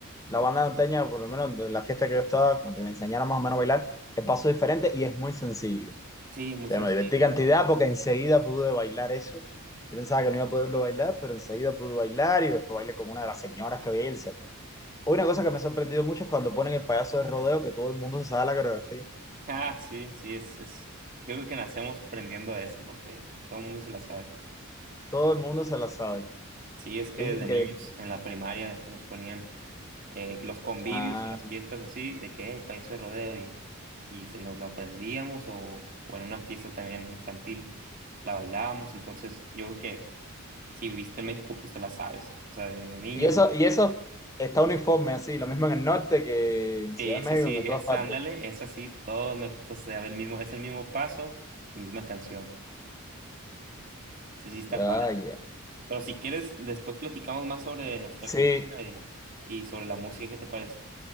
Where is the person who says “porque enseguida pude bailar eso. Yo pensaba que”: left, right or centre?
Left